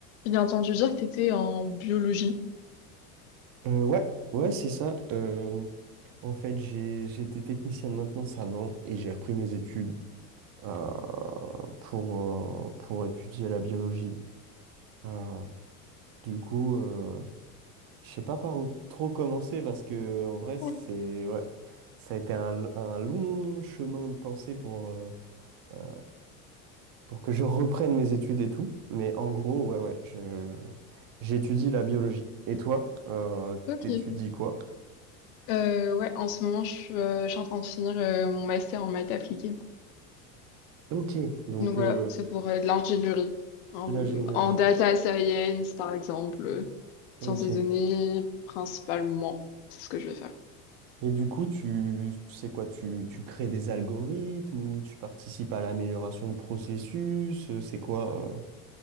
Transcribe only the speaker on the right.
Euh, ouais, ouais, c'est ça. Euh, en fait, j'ai, j'étais technicien de maintenance avant et j'ai repris mes études euh, pour, euh, pour étudier la biologie. Euh, du coup, euh, je sais pas par où trop commencer parce que en vrai, c'est
ouais, ça a été un, l- un long chemin de pensée pour, euh, euh, pour que je reprenne mes études et tout. Mais en gros, ouais, ouais, je, j'étudie la biologie. Et toi, euh,
t'étudies quoi?
Ok, donc
euh,
l'ingénierie.
Ok.
Et du coup, tu, tu sais quoi, tu, tu crées des algorithmes ou tu participes à l'amélioration de processus, euh, c'est quoi?